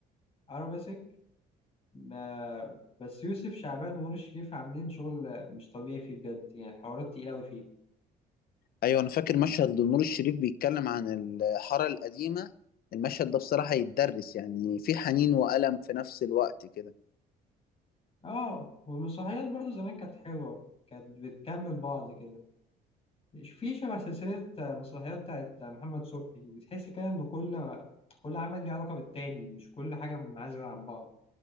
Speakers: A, on the left; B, on the left.
A: أرابيسك آه بس يوسف شعبان ونور الشريف عاملين شغل مش طبيعي فيه بجد يعني الحوارات تقيلة أوي فيه
B: ايوه انا فاكر مشهد لنور الشريف بيتكلم عن الحاره القديمه المشهد ده بصراحه يتدرس يعني في حنين وألم في نفس الوقت كده
A: اه والمسرحيات برضو زمان كانت حلوة كانت بتكمل بعض كده مش في شبه سلسلة مسرحيات بتاعت محمد صبحي بتحس كده إن كل كل عمل ليه علاقة بالتاني مش كل حاجة منعزلة عن بعض